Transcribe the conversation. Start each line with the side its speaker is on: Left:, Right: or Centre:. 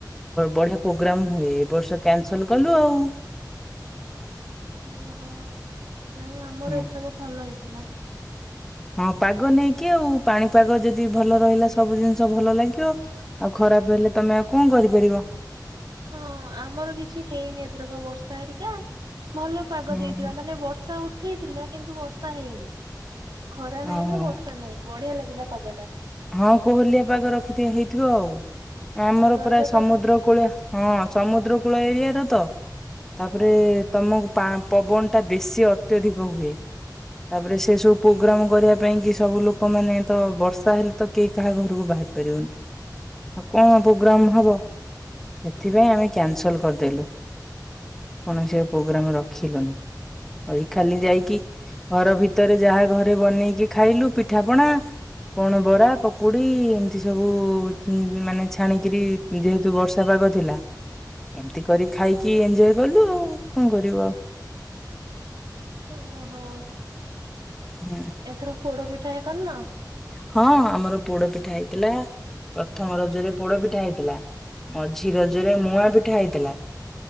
Centre: ବଢିଆ ପ୍ରୋଗ୍ରାମ ହୁଏ। ଏ ବର୍ଷ କ୍ୟାନ୍‌ସଲ କଲୁ ଆଉ।
Right: ଓହୋ। ନାଇଁ ଆମର
Centre: ହଁ
Right: ଏଥରକ ଭଲ ହେଇଥିଲା।
Centre: ହଁ ପାଗ ନେଇକି ଆଉ। ପାଣିପାଗ ଯଦି ଭଲ ରହିଲା ସବୁ ଜିନିଷ ଭଲ ଲାଗିବ ଆଉ ଖ ଖରାପ ହେଲେ ତମେ ଆଉ କଣ କରିପାରିବ?
Right: ହଁ ଆମର କିଛି ହେଇନି ଏଥରକ ବର୍ଷା ହେରିକା ଭଲ ପାଗ
Centre: ହୁଁ
Right: ଦେଇଥିଲା ମାନେ ବର୍ଷା ଉଠେଇଥିଲା କିନ୍ତୁ ବର୍ଷା ହେଇନି। ଖରା ନାହିଁ
Centre: ଓହୋ
Right: ନା ବର୍ଷା ନାହିଁ ବଢିଆ ଲାଗିଲା ପାଗଟା।
Centre: ହଁ କୋହଲିଆ ପାଗ ରଖି ଥି ହେଇଥିବ ଆଉ। ଆମର
Right: ରଜ
Centre: ପୁରା ସମୁଦ୍ର
Right: ପାଗ
Centre: କୂଳିଆ, ହଁ ସମୁଦ୍ର କୂଳ ଏରିଆର ତ ତାପରେ ତମକୁ ପା ପବନ ଟା ବେଶୀ ଅତ୍ୟଧିକ ହୁଏ। ତାପରେ ସେ ସବୁ ପ୍ରୋଗ୍ରାମ କରିବା ପାଇଁ କି ସବୁ ଲୋକ ମାନେ ତ ବର୍ଷା ହେଲେ ତ କେହି କାହା ଘରକୁ ବାହାର ପାରିବନି। ଆଉ କଣ ପ୍ରୋଗ୍ରାମ ହବ? ସେଥିପାଇଁ ଆମେ କ୍ୟାନସଲ କରିଦେଲୁ। କୌଣସି ଆଉ ପ୍ରୋଗ୍ରାମ ରଖିଲୁନି। ଏଇ ଖାଲି ଯାଇକି ଘର ଭିତରେ ଯାହା ଘରେ ବନେଇକି ଖାଇଲୁ ପିଠାପଣା କଣ ବରା, ପକୁଡ଼ି ଏମତି ସବୁ ମାନେ ଛାଣିକିରି ଯେହେତୁ ବର୍ଷା ପାଗ ଥିଲା। ଏମତି କରି ଖାଇକି ଏଞ୍ଜୟ କଲୁ ଆଉ, କଣ କରିବୁ ଆଉ।
Right: ଓହୋ।
Centre: ହୁଁ
Right: ଏଥର ପୋଡ ପିଠା ହେକା କରିନ?
Centre: ହଁ ଆମର ପୋଡ ପିଠା ହେଇଥିଲା। ପ୍ରଥମ ରଜରେ ପୋଡ ପିଠା ହେଇଥିଲା ମଝି ରଜରେ ମୁଆଁ ପିଠା ହେଇଥିଲା